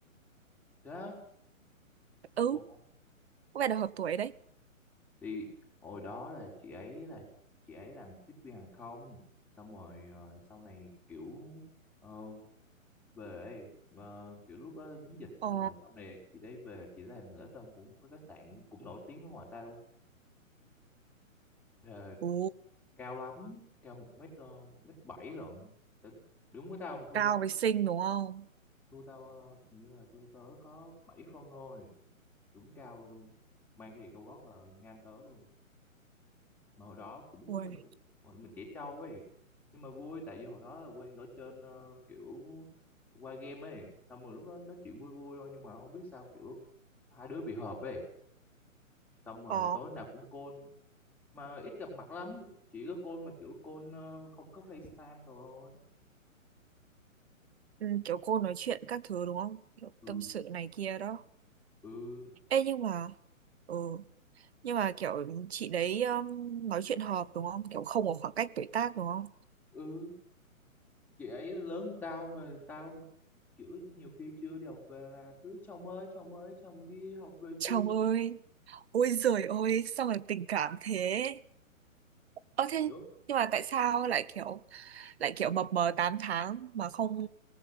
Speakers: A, in the centre; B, on the right.
A: thế á?
B: Ừ,
A: ồ
B: có vẻ là hợp tuổi đấy.
A: thì hồi đó là chị ấy là chị ấy làm tiếp viên hàng không xong rồi ờ, sau này kiểu ờ, về ờ, kiểu lúc đó dính dịch xong
B: Ờ.
A: rồi sau này chị ấy về chị làm lễ tân của một cái khách sạn cũng nổi tiếng ở ngoài tao Thề,
B: Ồ,
A: cao lắm cao một mét ờ, một mét bảy lận Tại- đúng với tao mà thua
B: cao
A: tao có
B: với xinh đúng không?
A: thua tao ờ, hình như là thua tớ có 7 phân thôi đúng cao luôn mang cái giày cao gót là ngang tớ luôn mà hồi đó cũng
B: Ui.
A: mình cũng hồi mình trẻ trâu ấy nhưng mà vui tại vì hồi đó là quen ở trên ờ, kiểu qua game ấy xong rồi lúc đó nói chuyện vui vui thôi nhưng mà không biết sao kiểu hai đứa bị hợp ấy xong rồi
B: Ờ.
A: tối nào cũng call mà ít gặp mặt lắm chỉ có call mà kiểu call ờ, không có FaceTime đồ thôi
B: Ừ, kiểu cô nói chuyện các thứ đúng không? Kiểu
A: ừ
B: tâm sự này kia đó.
A: ừ
B: Ê nhưng mà ừ. nhưng mà kiểu chị đấy um, nói chuyện hợp đúng không kiểu không có khoảng cách tuổi tác đúng không
A: ừ chị ấy lớn hơn tao mà tao mà kiểu nhiều khi chưa đi học về là cứ chồng ơi chồng ơi chồng đi học về
B: chồng
A: chưa
B: ơi ôi giời ơi sao mà tình cảm thế ơ thế
A: hiểu
B: nhưng mà tại sao lại kiểu lại kiểu mập mờ 8 tháng mà không